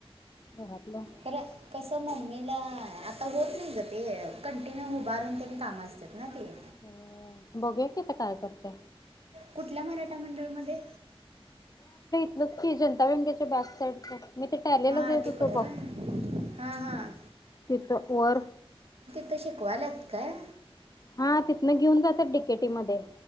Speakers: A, on the left; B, on the right.
A: घरातलं
B: खर, कस मम्मीला आऽऽ आ होत नाही ग ते कंटिन्यू उभारून त्यांनी कामा असतात ना ते
A: हो बघू किथ काय करते
B: कुठल्या मराठा मंडळमध्ये?
A: बसकी जनता मेम त्याच्या बॅक साईडचा. मी ते टॅलीलाजात
B: हां तिकडं
A: होतो बघ
B: हां हां
A: तिथ वर.
B: ते शिकवाल्यात काय?
A: हा तिथनं घेऊन जातात डी. के. टी. मध्ये